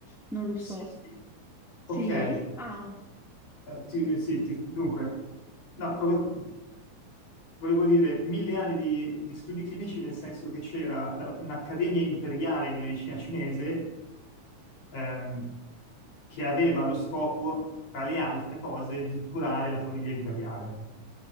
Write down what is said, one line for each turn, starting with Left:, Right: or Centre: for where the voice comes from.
Centre: non lo so.
Left: sì, sì.
Centre: Sì?
Left: Ok, eh,
Centre: Ah,
Left: ti- eh, sì, ti- dunque, no, co- volevo dire mille anni di, di studi clinici nel senso che c'era la- un'accademia imperiale di medicina cinese ehm, che aveva lo scopo, tra le altre cose, di curare la famiglia imperiale.